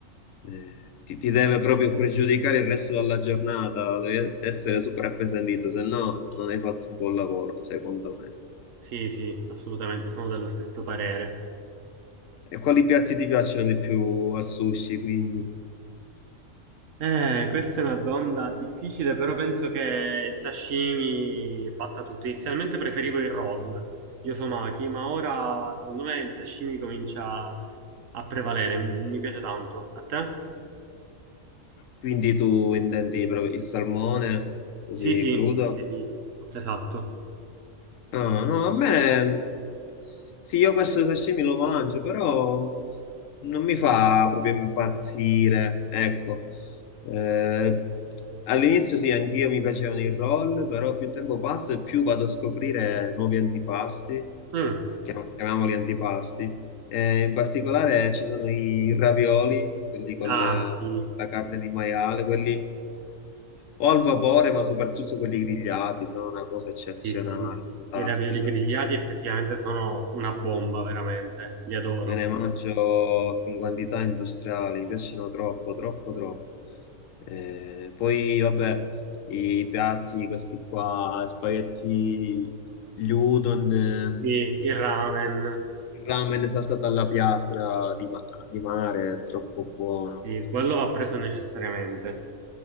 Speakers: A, on the left; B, on the right.
A: Eh, ti, ti deve proprio pregiudicare il resto della giornata, devi essere super appesantito, se no non hai fatto un buon lavoro, secondo me.
B: Sì, sì, assolutamente, sono dello stesso parere.
A: E quali piatti ti piacciono di più al sushi, quindi?
B: Eh, questa è una domanda difficile, però penso che il sashimi batta tutto. Inizialmente preferivo il roll, gli osomaki, ma ora secondo me il sashimi comincia a prevalere. M- Mi piace tanto. A te?
A: Quindi tu intendi proprio il salmone, così
B: Sì, sì,
A: crudo?
B: sì, sì, esatto.
A: Ah, no, a me mm, sì, io questo sashimi lo mangio, però non mi fa proprio impazzire. Ecco, Eh, all'inizio sì, anch'io mi piacevano i roll, però più tempo passa e più vado a scoprire nuovi antipasti,
B: Mm.
A: chiam- chiamiamoli antipasti. Eh, in particolare ci sono i ravioli, quelli con
B: Ah,
A: le-
B: sì,
A: la carne di maiale, quelli o al vapore, ma soprattutto quelli grigliati, sono una cosa eccezionale,
B: sì, sì, sì.
A: fantastica.
B: I ravioli grigliati effettivamente sono una bomba, veramente. Li adoro.
A: Me ne mangio con quantità industriali, mi piacciono troppo, troppo, troppo. Eh, poi, vabbè, i piatti, questi qua, spaghetti, gli udon, ehm,
B: Sì, il ramen.
A: il ramen saltato alla piastra di, ma- di mare, è troppo buono.
B: Sì, quello va preso necessariamente.